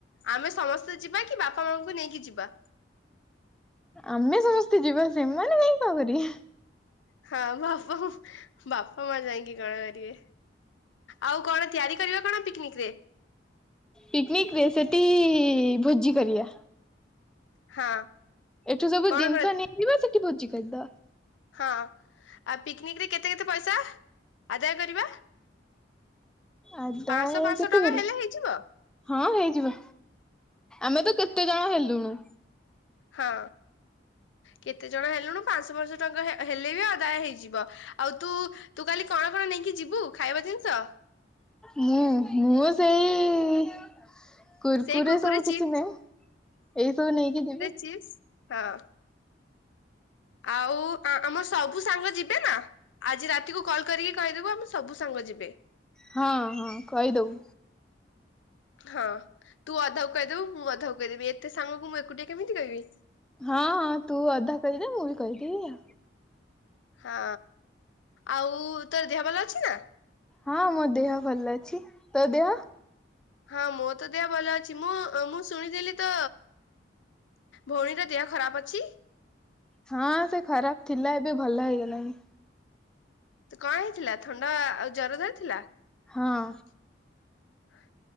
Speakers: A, on the left (about 85°); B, in the centre.
A: ଆମେ ସମସ୍ତେ ଯିବା କି ବାପା ମାଙ୍କୁ ନେଇକି ଯିବା।
B: ଆମେ ସମସ୍ତେ ଯିବା ସେମାନୋନେ କାଇହିଁ କଣ କରିବେ।
A: ହଁ ବାପା ବାପା ମା ଯାଇକି କଣ କରିବେ? ଆଉ କଣ ତିଆରି କରିବା କଣ ପିକନିକ ରେ।
B: ପିକନିକ ରେ ସେଠି ଭୋଜି କରିବା।
A: ହଁ।
B: ଏଠୁ ସବୁ
A: କଣ
B: ଜିନିଷ
A: କଣ
B: ନେଇଯ ବା ସେଠି ଭୋଜି କରିଦବା।
A: ହଁ ଆ ପିକନିକ ରେ କେତେ କେତେ ପଇସା ଆଦାୟ କରିବା।
B: ଆଦାୟ
A: ପାଞ୍ଚଶହ ପାଞ୍ଚଶହ
B: କେତେ
A: ଟଙ୍କା
B: କରିବା?
A: ହେଲେ ହେଇଯିବ।
B: ହଁ ହେଇଯିବ ଆମେ ତ କେତେ ଜଣ ହେଲୁଣି।
A: ହଁ କେତେ ଜଣ ହେଲୁଣିୁ ପାଞ୍ଚଶ ପାଞ୍ଚଶହ ଟଙ୍କା ହେଲେ ବି ଅଦାୟ ହେଇଯିବ। ଆଉ ତୁ ତୁ କାଲି କଣ କଣ ନେଇକି ଯିବୁ ଖାଇବା ଜିନିଷ।
B: ମୁଁ ମୁଁ ସେଇ କୁର୍କୁରେ
A: ସେଇ
B: ସବୁ କିଛି
A: ଚିପ୍ସ
B: ନହିଁ ଏଇ ସବୁ ନେଇକି ଯିବି।
A: ଚି୍ <unintelligible> ହଁ ଆଉ ଆମ ସବୁ ସାଙ୍ଗ ଯିବେ ନା। ଆଜି ରାତିକୁ କଲ୍ କରିକି କହିଦେବୁ ଆମେ ସବୁ ସାଙ୍ଗ ଯିବେ।
B: ହଁ ହଁ କହିଦବୁ।
A: ହଁ ତୁ ଅଧା କ କହିଦେବୁ ମୁଁ ଅଧା କ କହିଦେବି ଏତେ ସାଙ୍ଗକୁ ମୁଁ ଏକୁଟିଆ କେମିତି କହିବି।
B: ହଁ ହଁ ତୁ ଅଧା କହିଦେ ମୁଁ ବି କହିଦେବି।
A: ହଁ ଆଉ ତୋ ଦେହ ଭଲ ଅଛି ନା।
B: ହଁ ମୋ ଦେହ ଭଲ ଅଛି ତୋ ଦେହ।
A: ହଁ ମୋ ତ ଦେହ ଭଲ ଅଛି ମୁଁ ମୁଁ ଶୁଣିଥିଲି ତ ଭଉଣୀର ଦେହ ଖରାପ ଅଛି।
B: ହଁ ସେ ଖରାପ ଥିଲା ଏବେ ଭଲ ହେଇଗଲାଣି।
A: ତ କଣ ହେଇଥିଲା ଥଣ୍ଡା ଆଉ ଜର ଧରିଥିଲା।
B: ହଁ।
A: <unintelligible>